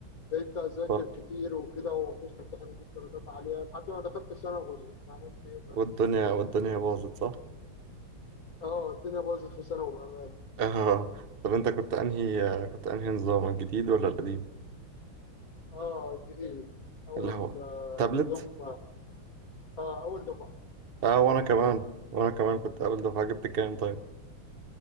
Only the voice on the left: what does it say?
بقيت اذاكر
كتير وكده وفي امتحانات جبت درجات عاليه لحد ما دخلت ثانوي يعني عملت ايه بقى؟
اه الدنيا باظت في ثانوي بامان
اه جديد اول
يوم اه اول دفعه